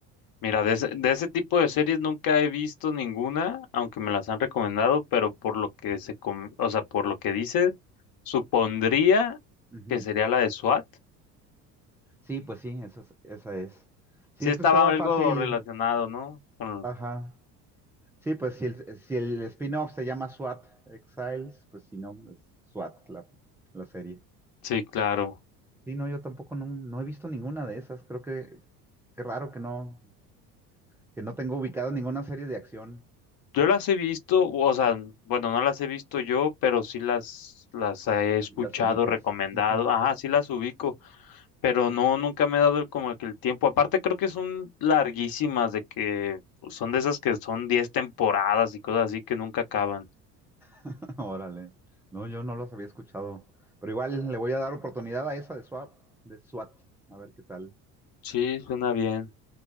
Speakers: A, on the left (about 45°); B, in the centre.
A: mira, de ese, de ese tipo de series nunca he visto ninguna, aunque me las han recomendado, pero por lo que se, com- o sea, por lo que dice, supondría
B: Ujú.
A: que sería la de SWAT.
B: Sí, pues sí, esa es, esa es. Sí,
A: Sí
B: esto
A: estaba
B: estaba
A: algo
B: fácil.
A: relacionado, ¿no? Con-
B: Ajá. Sí, pues si el, si el spin-off se llama SWAT Exiles, pues si no, es SWAT la, la serie.
A: Sí, claro.
B: Sí, no, yo tampoco no, no he visto ninguna de esas. Creo que qué raro que no, que no tengo ubicada ninguna serie de acción.
A: Yo las he visto, o sea, bueno, no las he visto yo, pero sí las, las he escuchado,
B: Las ubicas.
A: recomendado.
B: Ujú.
A: Ajá, sí las ubico, pero no, nunca me he dado el- como que el tiempo. Aparte, creo que son larguísimas, de que son de esas que son 10 temporadas y cosas así que nunca acaban.
B: <laughs> Órale. No, yo no los había escuchado. Pero igual le voy a dar oportunidad a esa de SWAT, de SWAT. A ver qué tal.
A: Sí, suena bien.